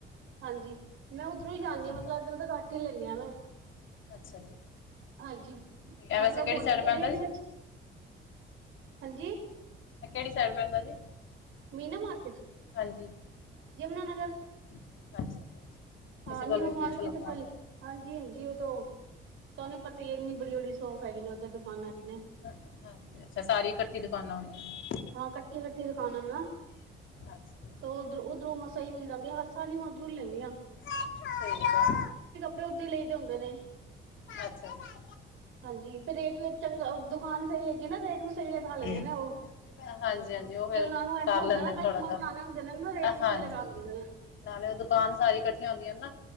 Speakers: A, on the right; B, on the left.
A: ਹਾਂਜੀ ਮੈਂ ਉੱਧਰੋਂ ਹੀ
B: ਹਾਂਜੀ,
A: ਜਾਂਦੀ ਆ ਮਤਲਬ ਇਧਰੋਂ ਤੋਂ ਘੱਟ ਹੀ ਲੈਂਨੀ ਆ ਮੈਂ
B: ਅੱਛਾ ਜੀ
A: ਹਾਂਜੀ।
B: ਠੀਕ ਹੈ
A: ਮਤਲਬ
B: ਵੈਸੇ ਕਿਹੜੀ
A: ਹੋ <unintelligible>
B: ਸਾਈਡ ਪੈਂਦਾ
A: ਰੇਟ
B: ਜੀ
A: ਵਿੱਚ ਹਾਂਜੀ।
B: ਕਿਹੜੀ ਸਾਈਡ ਪੈਂਦਾ ਜੀ।
A: ਮੀਨਾ ਮਾਰਕੇਟ,
B: ਹਾਂਜੀ
A: ਯਮੁਨਾਨਗਰ।
B: ਅੱਛਾ ਜੀ ਅੱਛਾ
A: ਹਾਂ
B: ਕਿਸੇ ਕੋਲ
A: ਨਿਊ
B: ਵੀ
A: ਮਾਰਕੀਟ
B: ਪੁੱਛ ਲਓ ਕੌਣ
A: ਪਹਿਲੀ
B: ਹੈ
A: ਹਾਂਜੀ ਹਾਂਜੀ ਉਹ ਤੋਂ ਤਾਂ ਉਹਨੂੰ ਪਤਾ ਹੀ ਇੰਨੀ ਬੜੀ-ਬੜੀ ਸ਼ੋਪ ਹੈਗੀ ਨੇ ਉਦਰ ਦੁਕਾਨਾਂ ਹੈਗੀ ਨੇ।
B: ਅ- ਹਾਂਜੀ ਅੱਛਾ ਸਾਰੀ ਇਕੱਠੀ ਦੁਕਾਨਾਂ ਹੋਣੀਆਂ। ਨੇ।
A: ਹਾਂ ਕੱਠੀ-ਕੱਠੀ ਦੁਕਾਨਾਂ ਨਾ।
B: ਅੱਛਾ
A: ਉਧਰੋਂ-ਉੱਧਰੋਂ ਮੈਂ ਸਹੀ ਮਿਲ ਜਾਂ ਗ ਹਰ ਸਾਲ ਹੀ ਮੈਂ ਉੱਧਰੋਂ ਲੈਨੀ ਹਾਂ।
B: <unintelligible>
A: ਓਦੇ ਲਈ ਤੇ ਹੁੰਦੇ ਨੇ।
B: ਅੱਛਾ ਜੀ।
A: ਹਾਂਜੀ ਫੇਰ ਰੇਟ ਵੀ ਚੰਗਾ ਦੁਕਾਨ ਸਹੀ ਹੈਗੀ ਨਾ ਰੇਟ ਵੀ ਸਹੀ ਲਗਾ ਲੈਂਦੇ
B: ਜੀ
A: ਨੇ
B: ਕੀ
A: ਉਹ।
B: ਹਾਂਜੀ ਹਾਂਜੀ ਉਹ
A: ਕਿ
B: ਫਿਰ
A: ਉਹਨਾਂ ਨੂੰ ਇਹਨਾ
B: ਕਰ
A: ਹੁੰਦਾ
B: ਲੈਂਦੇ
A: ਨਾ
B: ਨੇ
A: ਕਸ਼ਟਮਾਂ
B: ਥੋੜਾ ਜਿਹਾ
A: ਬਣਾਣੇ ਹੁੰਦੇ ਨੇ ਰੇਟ
B: ਅ,
A: ਵੀ
B: ਹਾਂਜੀ
A: ਸਹੀ ਲਗਾ ਦਿੰਦੇ ਨੇ।
B: ਨਾਲੇ ਉਹ ਦੁਕਾਨ ਸਾਰੀ ਇਕੱਠੀਆਂ ਹੁੰਦੀਆਂ ਨਾ।